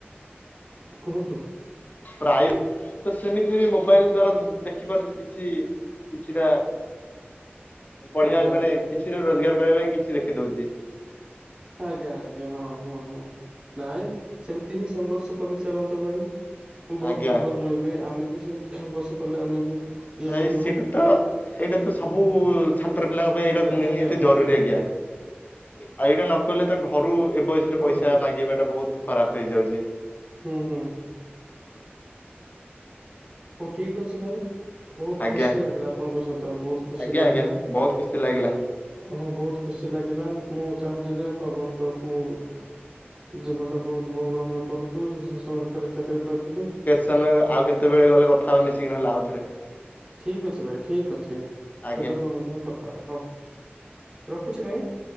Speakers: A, on the right (about 20°); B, on the left (about 40°).
A: କୁହନ୍ତୁ।
B: ପ୍ରାୟ ତ ସେମିତି ବି ମୋବାଇଲ ଦ୍ଵାରା ଦେଖିପାରୁଛି କିଛି କିଛିଟା ପଢିଆ
A: ଆଜ୍ଞା
B: ମାନେ
A: ଆଜ୍ଞା
B: କିଛିଟା ରୋଜଗାର କରିବା ପାଇଁ କିଛି ଦେଖିଦଉଛି।
A: ଆଜ୍ଞା ଆଜ୍ଞା ହଁ ହଁ ହଁ ନାଇଁ। ସେମିତି ହିଁ ସଂଘର୍ଷ କରିଚାଲନ୍ତୁ ଭାଇ ବହୁତ
B: ଆଜ୍ଞା
A: ଭଲରେ ରହିବେ ଆମେ ବି ସେମତି କି ସଂଘର୍ଷ କଲେ ଆମେ ବି ଇଏ
B: ଭାଇ
A: କରିବୁ
B: ସେଇଟା ତ ଏଇଟା ତ ସବୁ ଛାତ୍ର ପିଲାଙ୍କ ପାଇଁ ଏଇଟା
A: ଆଜ୍ଞା
B: ନିହାତି
A: ଆଜ୍ଞା ଭାଇ
B: ଜରୁରୀ ଆଜ୍ଞା। ଆଉ ଏଇଟା ନକଲେ ତ ଘରୁ ଏ ବୟସରେ
A: ହଁ
B: ପଇସା
A: ଭାଇ
B: ମାଗିବା ଟା ବହୁତ ଖରାପ ହେଇଯାଉଛି।
A: ହୁଁ ହୁଁ ହୁଁ। ହଉ ଠିକ ଅଛି ଭାଇ। ବହୁତ
B: ଆଜ୍ଞା
A: ଖୁସି ଲାଗିଲା ଆପଣଙ୍କ ସହିତ ବହୁତ ଖୁସି
B: ଆଜ୍ଞା
A: ଲାଗିଲା।
B: ଆଜ୍ଞା ବହୁତ ଖୁସି ଲାଗିଲା।
A: ହଁ ବହୁତ ଖୁସି ଲାଗିଲା ମୁଁ ଚାହୁଁଛି ଯେ <unintelligible> ଜୀବନ ଟା ବହୁତ ମଙ୍ଗଳମୟ କରୁନ୍ତୁ ସରକାରୀ ଚାକିରି ପାଇଥାନ୍ତୁ।
B: ସେମେ ଆଉ କେତେବେଳେ ଗଲେ କଥା ହେବା ମିଶିକି ନହେଲେ ଆଉଥରେ।
A: ଠିକ୍ ଅଛି ଭାଇ ଠିକ୍ ଅଛି।
B: ଆଜ୍ଞା
A: ସୁଯୋଗ ହଉ କଥା ହବା ହଉ ରଖୁଛି ଭାଇ।